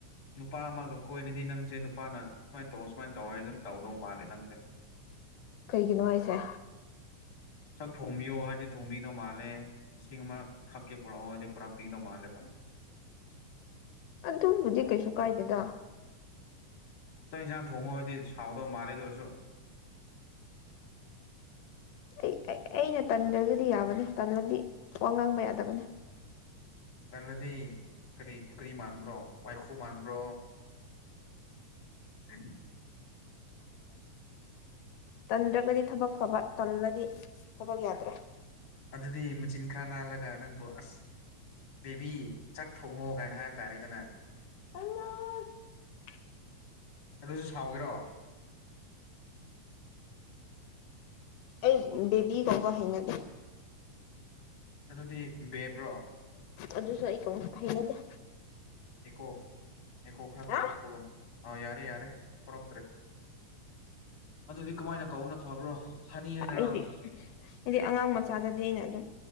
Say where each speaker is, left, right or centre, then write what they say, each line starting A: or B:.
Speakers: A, on the left; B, on the left.
A: ꯅꯨꯄꯥ ꯑꯃꯒ ꯀꯣꯏꯅꯗꯤ ꯅꯪꯁꯦ ꯅꯨꯄꯥꯅ ꯁꯨꯃꯥꯏꯅ ꯇꯧꯑꫭ ꯁꯨꯃꯥꯏꯅ ꯇꯧꯔ ꯍꯥꯏ ꯑꯗꯨꯝ ꯇꯧꯗꯧ ꯃꯥꯜꯂꯦ ꯅꯪꯁꯦ
B: ꯀꯩꯒꯤꯅꯣ ꯍꯥꯏꯁꯦ
A: ꯆꯥꯛ ꯊꯣꯡꯕꯤꯌꯣ ꯍꯥꯏꯗꯤ ꯊꯣꯡꯕꯤꯗꯧ ꯃꯥꯜꯂꯦ ꯏꯁꯤꯡ ꯑꯃ ꯊꯛꯀꯦ ꯄꯨꯔꯛꯑꯣ ꯍꯥꯏꯗꯤ ꯄꯨꯔꯥꯛ ꯄꯤꯗꯧ ꯃꯥꯂꯦꯕ
B: ꯑꯗꯨꯕꯨꯗꯤ ꯀꯩꯁꯨ ꯀꯥꯏꯗꯦꯗ
A: ꯆꯥꯛ ꯌꯦꯟꯁꯥꯡ ꯊꯣꯡꯉꯨꯍꯥꯏꯗꯤ ꯁꯥꯎꯗꯧ ꯃꯥꯜꯂꯦꯗ ꯑꯣꯏꯔꯁꯨ
B: ꯑꯩ ꯑꯩꯅ ꯇꯟꯗ꯭ꯔꯒꯗꯤ ꯌꯥꯕꯅꯦ ꯇꯜꯂꯗꯤ ꯋꯥ ꯉꯥꯡꯕ ꯌꯥꯗꯕꯅꯦ
A: ꯇꯜꯂꯗꯤ ꯀꯔꯤ ꯀ꯭ꯔꯤ ꯃꯥꯟꯕ꯭ꯔꯣ ꯋꯥꯏꯈꯨ ꯃꯥꯟꯕ꯭ꯔꯣ ꯑ <unintelligible>
B: ꯇꯟꯗ꯭ꯔꯒꯗꯤ ꯊꯕꯛ ꯐꯕ ꯇꯝꯂꯗꯤ ꯊꯕꯛ ꯌꯥꯗ꯭ꯔ‌ꯦ
A: ꯑꯗꯨꯗꯤ ꯃꯆꯤꯟ ꯈꯔ ꯅꯥꯜꯂꯒ ꯅꯪꯕꯨ ꯑꯁ ꯕꯦꯕꯤ ꯆꯥꯛ ꯊꯣꯡꯉꯣ ꯀꯥꯏꯅ ꯍꯥꯏꯕ ꯇꯥꯔꯦꯗꯅ
B: ꯀ <unintelligible>
A: ꯑꯗꯨꯁꯨ ꯁꯥꯎꯒꯦꯔꯣ
B: ꯑꯩ ꯕꯦꯕꯤ ꯀꯧꯕ ꯍꯩꯅꯗ‌ꯦ
A: ꯑꯗꯨꯗꯤ ꯕꯦꯕ꯭ꯔꯣ
B: ꯑꯗꯨꯁꯨ ꯑꯩ ꯀꯧ ꯍꯩꯅꯗꯦ
A: ꯏꯀꯣ ꯏꯀꯣ ꯈꯔ
B: ꯍꯥ
A: ꯊꯣꯛꯂꯛꯄꯒꯨꯝ ꯑꯥ ꯌꯥꯔꯦ ꯌꯥꯔꯦ ꯊꯣꯂꯛꯇ꯭ꯔꯦ ꯑꯗꯨꯗꯤ ꯀꯃꯥꯏꯅ ꯀꯧꯅ ꯐꯕ꯭ꯔꯣ ꯍꯅꯤ ꯍꯥꯏꯅꯔꯣ
B: ꯑꯩꯗꯤ ꯑꯩꯗꯤ ꯑꯉꯥꯡ ꯃꯆꯥꯗꯗꯤ ꯑꯩꯅ ꯑꯗꯨꯝ